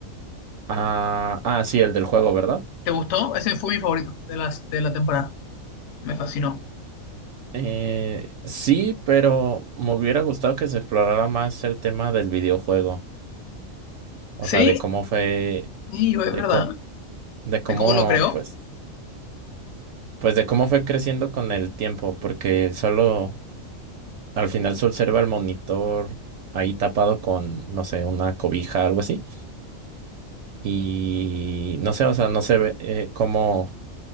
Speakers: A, on the right; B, on the left.
A: Ah, ah, sí, el del juego, ¿verdad?
B: ¿Te gustó? Ese fue mi favorito de las de la temporada. Me fascinó.
A: Eh, sí, pero me hubiera gustado que se explorara más el tema del videojuego. O
B: ¿Sí?
A: sea, de cómo fue,
B: Sí, es
A: de
B: verdad.
A: co- de cómo,
B: ¿De cómo lo creó?
A: pues, pues de cómo fue creciendo con el tiempo, porque solo Al final se observa el monitor ahí tapado con, no sé, una cobija, algo así. Y no sé, o sea, no se ve eh, como,